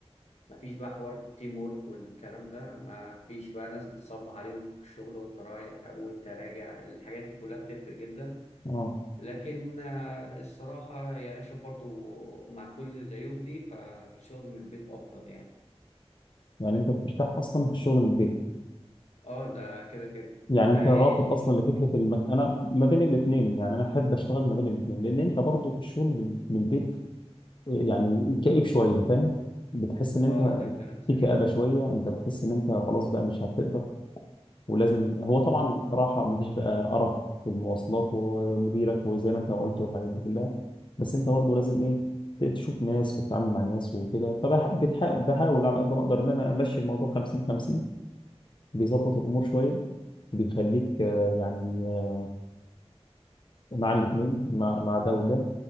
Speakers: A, on the left; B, on the left.
A: مفيش بقى حوار التيم وورك والكلام ده مفيش بقى ناس بتصب عليهم في الشغل وانت رايح وانت راجع الحاجات دي كلها بتفرق جدا
B: آه
A: لكن آه، الصراحة يعني أنا شايف برضو مع كل العيوب دي فالشغل من البيت أفضل يعني
B: يعني أنت بترتاح أصلا في الشغل من البيت،
A: اه ده كده كده
B: يعني
A: انت
B: أنت
A: ايه
B: رافض أصلا لفكرة المك... أنا ما بين الاتنين يعني أنا أحب أشتغل ما بين الاتنين لأن أنت برضه الشغل بال- من البيت آه، يعني كئيب شوية فاهم؟ بتحس إن أنت
A: اه ده كلام سليم
B: في كآبة شوية، أنت بتحس إن أنت خلاص بقى مش هتقدر ولازم هو طبعا راحه مفيش بقى قرف في المواصلات ومديرك وزي ما انت ما قلت والحاجات دي كلها بس انت برضه لازم ايه تشوف ناس وتتعامل مع ناس وكده فبحاول على قد ما اقدر ان انا امشي الموضوع 50 50 بيظبط الامور شويه بيخليك آه، يعني آه، مع الاثنين مع مع ده وده